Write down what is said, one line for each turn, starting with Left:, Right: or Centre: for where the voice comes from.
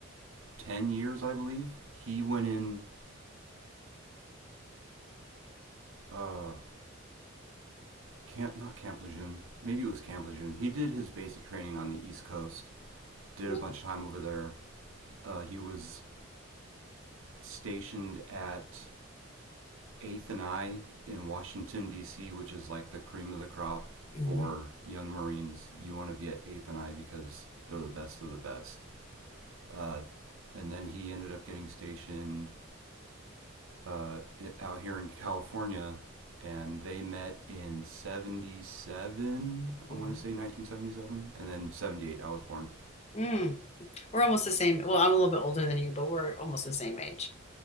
Right: 10 years, I believe. He went in, uh, camp, not Camp Lejeune, maybe it was Camp Lejeune. He did his basic training on the East Coast, did
Left: oh,
Right: a bunch of time over there. Uh, he was stationed at Eighth and I in Washington D.C., which is like the cream of the crop
Left: mhm,
Right: for young Marines. You want to be at Eighth and I because they're the best of the best. Uh, and then he ended up getting stationed uh, out here in California, and they met in '77.
Left: mhm.
Right: I want to say 1977, and then '78. I was born.
Left: Mm, we're almost the same. Well, I'm a little bit older than you, but we're almost the same age.